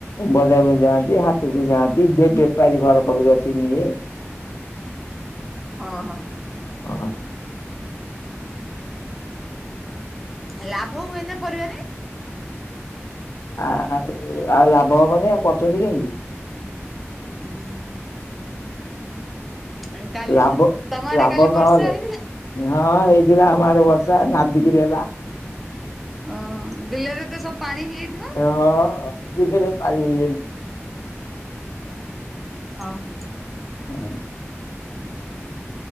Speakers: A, on the left; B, in the centre.
A: ବଜାରକୁ ଯାଆନ୍ତି ହାଟକୁ ଯାଆନ୍ତି ବେପାରୀ ଘର ପାଖରୁ ଆସି ନିଏ।
B: ହଁ ହଁ।
A: ଅଁ।
B: ଲାଭ ହୁଏ ନା ପରିବାରେ?
A: ଆ ଆଉ ଆଉ ଲାଭ ହବନି ଆଉ କରୁଛନ୍ତି କାହିଁକି?
B: ଉଁ ହୁଁ। ଆଁ କାଲି
A: ଲାଭ
B: ତମ ଆଡେ
A: ଲାଭ
B: କାଲି
A: ନହେଲେ
B: ବର୍ଷା ହେଇଥିଲା?
A: ହଁ ହେଇଥିଲା ଆମ ଆଡେ ବର୍ଷା ନାଦିକିରି ହେଲା।
B: ଓହୋ ବିଲରେ ତ ସବୁ ପାଣି ହେଇଯାଇଥିବ?
A: ହଁ ବିଲରେ ପାଣି ହେଇଯାଇଛି।
B: ହଁ-ହଁ।
A: ହଁ।